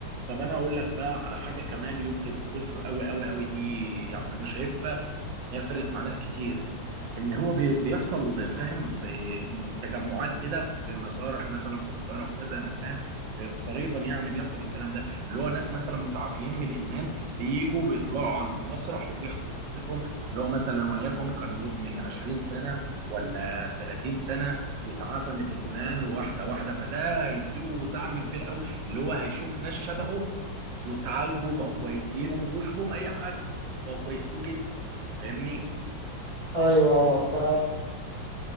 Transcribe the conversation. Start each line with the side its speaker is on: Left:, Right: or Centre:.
Right: طب انا اقول لك بقى على حاجه كمان يمكن تضيف له قوي قوي قوي دي يعني انا شايفها ان هي فرقت مع ناس كتير ان هو بي- بيحصل فاهم زي م- تجمعات كده في مسارح مثلا في القاهره في كذا مكان في قريبا يعني بيحصل الكلام ده اللي هو ناس مثلا متعافيين من الادمان بيجوا بيطلعوا على المسرح وبيحكوا قصتهم اللي هو مثلا وليكن كان مدمن 20 سنه ولا 30 سنه وتعافى من الادمان واحده واحده فده هيديله دعم كبير قوي اللي هو هيشوف ناس شبهه وتعالجوا بقوا كويسين وما بقوش فيهم اي حاجه وبقوا كويسين جدا فاهمني
Left: ايوه اه ف